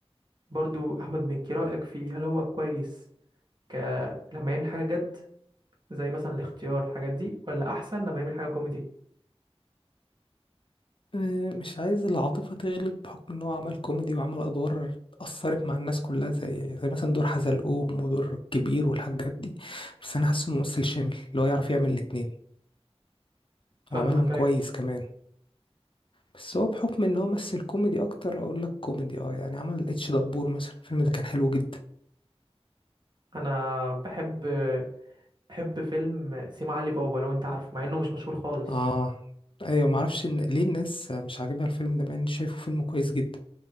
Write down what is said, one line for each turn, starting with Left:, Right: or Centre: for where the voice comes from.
Right: برضو أحمد مكي رأيك فيه هل هو كويس ك... لما يعمل حاجة جد زي مثلا الاختيار الحاجات دي ولا أحسن لما يعمل حاجة كوميدي
Left: آه، مش عايز العاطفة تغلب بحكم إن هو عمل كوميدي وعمل أدوار أثرت مع الناس كلها زي زي مثلا دور حزلقوم ودور الكبير والحاجات دي بس أنا حاسه ممثل شامل اللي هو يعرف يعمل الاتنين
Right: فاهمك
Left: وعملهم كويس
Right: أيوة
Left: كمان بس هو بحكم إن هو مثل كوميدي أكتر أقول لك كوميدي أه يعني عمل اتش دبور مثلا الفيلم ده كان حلو جدا
Right: أنا بحب بحب فيلم سيما علي بابا لو أنت عارفه مع إنه مش مشهور خالص
Left: أه أيوة معرفش إن ليه الناس مش عاجبها الفيلم ده مع إني شايفه فيلم كويس جدا